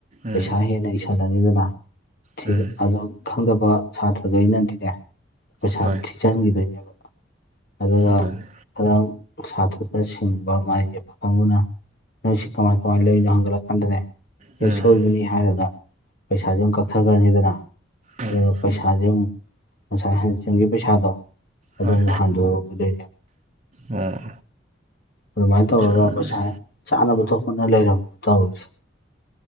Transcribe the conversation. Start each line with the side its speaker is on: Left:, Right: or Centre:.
Left: ꯄꯩꯁꯥ
Right: ꯎꯝ
Left: ꯍꯦꯟꯅ ꯏꯁꯜ ꯁꯜꯂꯅꯤꯗꯅ ꯊꯤ
Right: ꯎꯝ
Left: ꯑꯗꯨ ꯈꯪꯗꯕ ꯁꯥꯇ꯭ꯔꯒꯩꯅꯗꯤꯅꯦ ꯄꯩꯁꯥꯗꯤ
Right: ꯍꯣꯏ
Left: ꯊꯤꯆꯟꯈꯤꯗꯣꯏꯅꯦꯕ ꯑꯗꯨꯒ
Right: ꯑꯗꯨꯅꯤ
Left: ꯈꯔ ꯁꯥꯇꯔ ꯈꯔ ꯁꯤꯡꯕ ꯃꯥꯒꯤ ꯐꯥꯡꯕꯨꯅ ꯅꯪ ꯁꯤ ꯀꯃꯥꯏ ꯀꯃꯥꯏꯅ ꯂꯩꯔꯤꯅꯣ ꯍꯪꯒꯠꯂꯛꯀꯥꯟꯗꯅꯦ
Right: ꯎꯝ
Left: ꯑꯦ ꯁꯣꯏꯕꯅꯤ ꯍꯥꯏꯔꯒ ꯄꯩꯁꯥꯁꯦ ꯑꯗꯨꯝ ꯀꯛꯊꯈ꯭ꯔꯅꯤꯗꯅ
Right: ꯎꯝ
Left: ꯑꯗꯨꯒ ꯄꯩꯁꯥꯁꯦ ꯑꯃꯝ ꯉꯁꯥꯏ ꯍꯟꯁꯦꯝꯒꯤ ꯄꯩꯁꯥꯗꯣ ꯑꯗꯨꯝ
Right: ꯍꯣꯏ
Left: ꯍꯥꯟꯗ ꯑꯗꯨ
Right: ꯑꯣ
Left: ꯑꯗꯨꯃꯥꯏꯅ ꯇꯧꯔꯒ
Right: ꯁ ꯑꯗꯨꯅꯤ
Left: ꯄꯩꯁꯥ ꯆꯥꯅꯕ ꯊꯣꯛ <unintelligible> ꯂꯩꯔꯝꯃꯣ ꯇꯧꯔꯤꯁꯦ